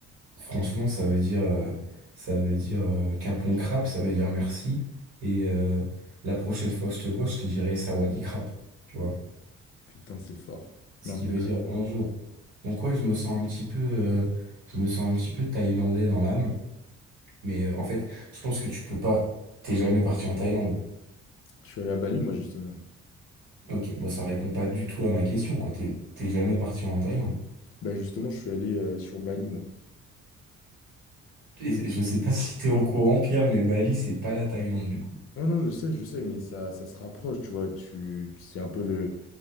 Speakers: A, on the right; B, on the left.
A: franchement, ça veut dire... euh, ça veut dire euh, Kapon Krap, ça veut dire merci, et euh, la prochaine fois que je te vois, je te dirai Sawadee crap, tu vois.
B: Putain, c'est fort.
A: ce
B: Non,
A: qui
B: c'est
A: veut
B: très
A: dire
B: fort.
A: bonjour. Donc ouais, je me sens un petit peu, euh, je me sens un petit peu thaïlandais dans l'âme. Mais euh, en fait, je pense que tu peux pas. T'es jamais parti en Thaïlande.
B: Je suis allé à Bali, moi, justement.
A: Ok, bon, ça répond pas du tout à ma question, quoi. T'es t'es jamais parti en Thaïlande.
B: Bah, justement, je suis allé euh, sur Bali, moi.
A: Et je sais pas si t'es au courant, Pierre, mais Bali, c'est pas la Thaïlande du coup.
B: Non, non, je sais, je sais, mais ça, ça se rapproche, tu vois. Tu, c'est un peu le,